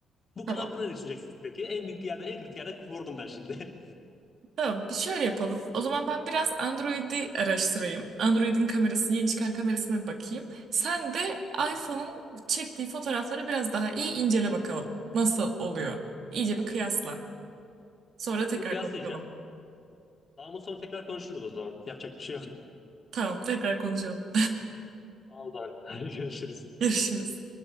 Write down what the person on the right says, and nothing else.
Tamam.
Tamam. Bir şöyle yapalım. O zaman ben biraz Android'i araştırayım. Android'in kamerası, yeni çıkan kamerasına bir bakayım. Sen de iPhone'un çektiği fotoğrafları biraz daha iyi incele bakalım. Nasıl oluyor? İyice bir kıyasla. Sonra tekrar
konuşalım.
Tamam, tekrar konuşalım.
<laughs> Görüşürüz.